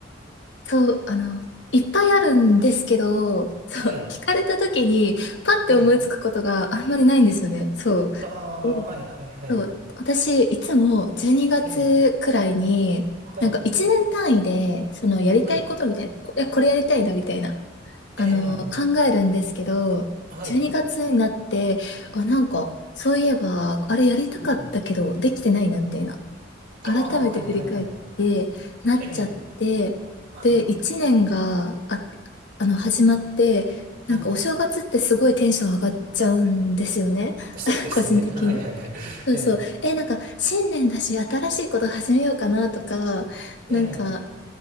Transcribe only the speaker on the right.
はい。
ええ。はい。
ああ、
はい、はい、はい。
ええ。はい。
はい。
え
え。はい。
うんうん。
ああ、はい、はい、はい。ええ。はい。
うん。そうですね。
<laughs> はい、はい、はい。
ええ。
ええ。